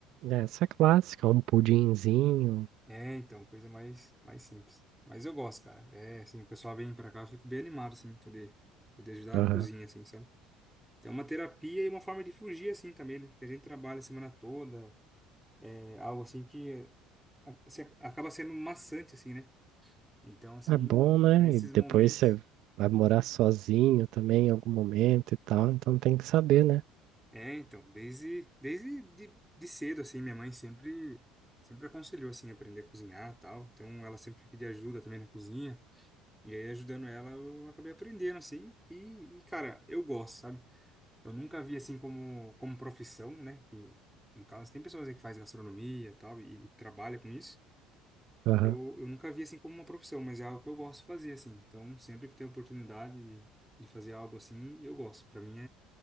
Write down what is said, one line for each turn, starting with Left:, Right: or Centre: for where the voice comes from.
Right: É, Essa é clássica, um pudinzinho.
Centre: É, então, coisa mais, mais simples. Mas eu gosto, cara. É, assim, o pessoal vem pra cá, eu fico bem animado, assim, poder, poder ajudar
Right: Aham.
Centre: na cozinha, assim, sabe? Então, é uma terapia e uma forma de fugir, assim, também, né? Porque a gente trabalha a semana toda, é algo assim que a- se- acaba sendo maçante, assim, né? Então, assim,
Right: É bom, né?
Centre: nesses
Right: E depois
Centre: momentos.
Right: você vai morar sozinho também em algum momento e tal, então tem que saber, né?
Centre: É, então, desde, desde de, de cedo, assim, minha mãe sempre, sempre aconselhou, assim, aprender a cozinhar e tal. Então, ela sempre pedia ajuda também na cozinha. E aí, ajudando ela, eu acabei aprendendo, assim. E, e, cara, eu gosto, sabe? Eu nunca vi, assim, como, como profissão, né? Que, no caso, tem pessoas aí que fazem gastronomia e tal, e, e trabalha com isso.
Right: Aham.
Centre: Eu, eu nunca vi, assim, como uma profissão, mas é algo que eu gosto de fazer, assim. Então, sempre que tem oportunidade de, de fazer algo assim, eu gosto. Pra mim,